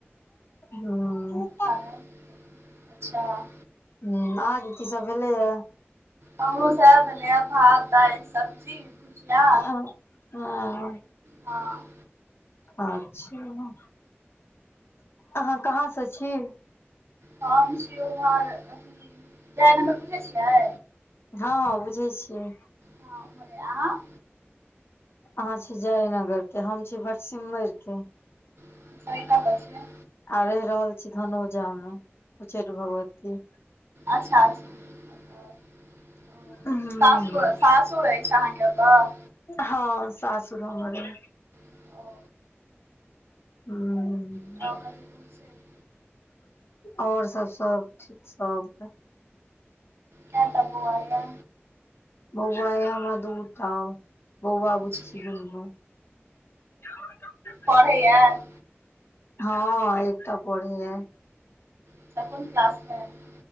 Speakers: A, on the left; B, on the right.
A: हूँ।
B: <unintelligible> अच्छा।
A: हूँ अहाँके की सब भेलैया?
B: हमरो सेहेए भेलैया भात, दालि, सब्जी। भुजिया
A: आ हँ।
B: हँ।
A: अच्छा, अहाँ कहाँ स छी?
B: हम छी उम्हर अथी जायनगर बुझै छियै?
A: हँ बुझै छियै।
B: हँ उम्हरे आहाँ।
A: अहाँ छी जयेनगर के हम छी भटसिमैर के।
B: अच्छा ई कतऽ छै?
A: आ रहि रहल छी धनोजा मे उच्चैठ भगवती।
B: अच्छा अच्छा। ओतऽ। ओ,
A: हूं
B: सासुर सासुर अछि अहाँके ओतऽ?
A: हँ सासुर हमर अइ।
B: ओ
A: हूँ।
B: <inaudible>
A: और सब सब ठीक सब।
B: केए टा बौआ या?
A: बौआ अइ हमरा दूटा बौआ
B: अच्छा
A: बुच्ची दुनू। <unintelligible>
B: पढ़ैया। <unintelligible>
A: हँ एकटा पढ़ैया। <unintelligible>
B: अच्छा कुन क्लासमे। <unintelligible>